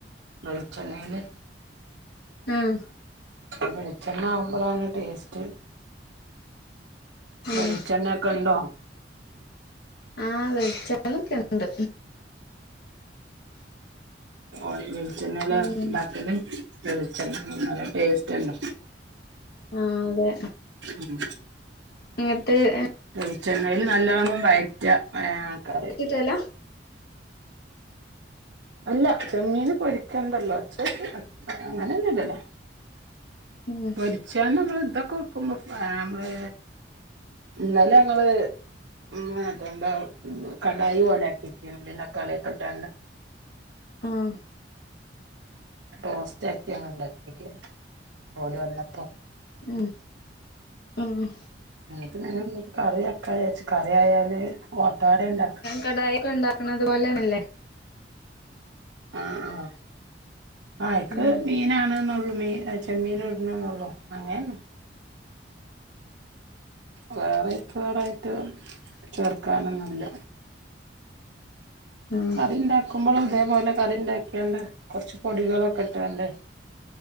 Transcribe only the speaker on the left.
ആഹ്
ഉം
ആഹ് വെൾച്ച ണ്ണക്കെണ്ട്
ഉം
ആഹ് അതെ
ഇങ്ങട്ട് എ
ട്ടലാ
ഉം
ആഹ്
ഉം ഉം
കടായയൊക്കെ ഇണ്ടാക്ണ തുപോലെയല്ലേ
ഉം
ഉം